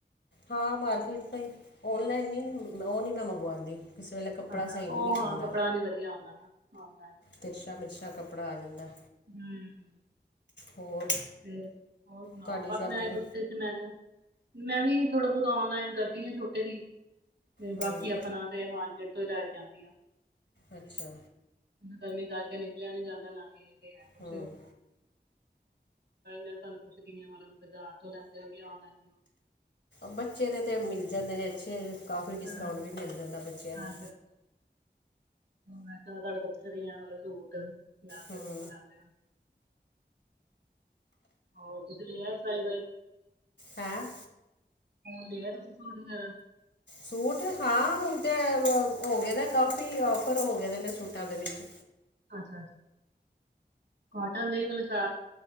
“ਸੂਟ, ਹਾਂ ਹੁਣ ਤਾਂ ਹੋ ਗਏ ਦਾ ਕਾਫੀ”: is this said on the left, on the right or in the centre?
Left